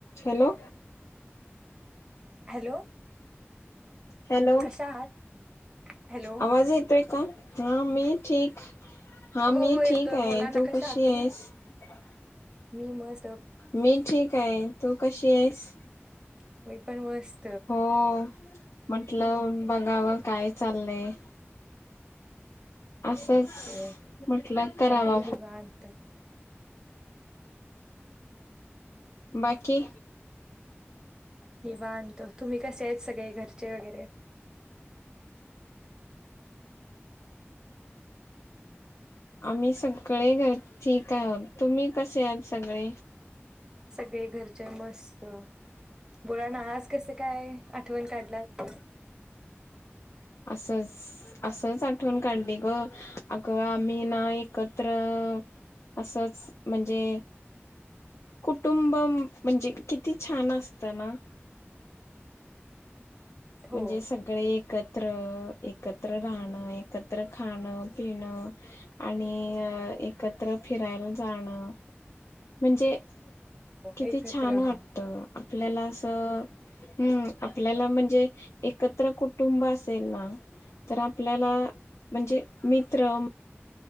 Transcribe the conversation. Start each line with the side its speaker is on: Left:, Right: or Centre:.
Left: Hello
Right: hello
Left: hello
Right: कशा आहात hello
Left: आवाज येतोय? का ह हां मी ठीक हा
Right: हो
Left: मी
Right: हो येतोय
Left: ठीक आहे.
Right: बोला ना
Left: तू
Right: कशा
Left: कशी
Right: आहात तुम्ही
Left: आहेस? <inaudible>
Right: मी मस्
Left: मी ठीक हाय तू कशी हाइस.
Right: <unintelligible> पण वस
Left: होओ म्हटलं. बघावं काय चाललंय असंच
Right: ओके
Left: म्हटलं करावा
Right: काही नाही
Left: फो
Right: निवांत
Left: -- बाकी
Right: निवांत तुम्ही कसे आहेत सगळे घरचे वगैरे
Left: आम्ही सगळे घर ठीक आहोत तुम्ही कसे हात सगळे?
Right: सगळे घरचे मस्त बोळाना आज कसं काय आठवण काढलात <unintelligible>
Left: असचं असच आठवण काढली गं. अगं आम्ही ना एकत्र असच म्हणजे कुटुंब म्हणजे किती छान असत ना.
Right: हो
Left: म्हणजे सगळे एकत एकत्र राहणं एकत्र खाणं पिणं आणि एकत्र फिरायला जाणं म्हणजे
Right: हो
Left: किती
Right: एकत्र
Left: छान वाटत
Right: हा
Left: आपल्याला अस अं उं आपल्याला म्हणजे एकत्र कुटुंब तेच ना तर आपल्याला म्हणजे मित्र